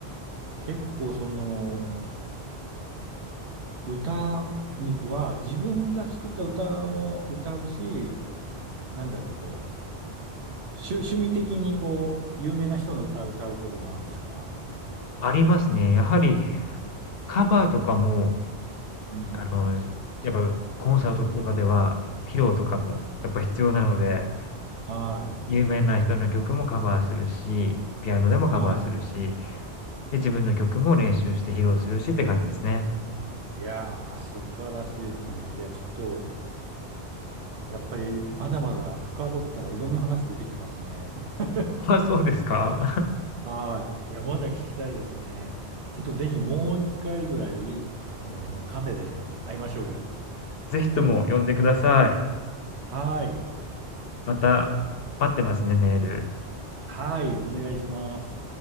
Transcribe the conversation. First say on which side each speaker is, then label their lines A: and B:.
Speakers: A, on the right (about 80°); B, on the left (about 65°).
A: 結構その、歌には自分が作った歌も歌うし、なんだろう、こう、趣、趣味的にこう、有名な人の歌を歌うこともあるんですか
B: ありますね。やはり
A: うん。
B: カバーとかも、
A: うん。
B: あの、やっぱコンサートとかでは、披露とかもやっぱ必要なので、
A: はい。
B: 有名な人の曲もカバーするし、ピアノでもカバーするし、
A: は
B: で、自分の曲も練習して披露するしって感じですね。
A: い。いやー、素晴らしいですね。いや、ちょっと、やっぱりまだまだ深掘ったらいろんな話出てきますね。<laughs>
B: あ、そうですか。
A: はい。いや、まだ聞きたいですね。ちょっとぜひもう一回ぐらい、あの、カフェで会いましょうよ。
B: <laughs> ぜひとも呼んでください。
A: はい。
B: また待ってますね、メール。
A: はい。お願いします。